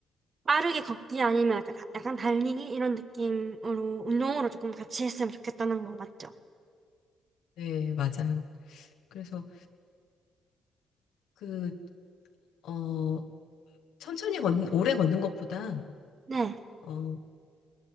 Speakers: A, on the right; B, on the left.
A: 빠르게 걷기 아니면 약간, 약간 달리기 이런 느낌으로 운동으로 조금 같이 했으면 좋겠다는 거 맞죠?
B: 네, 맞아요. 그래서 그, 어, 천천히 걷는, 오래 걷는 것보다,
A: 네,
B: 어,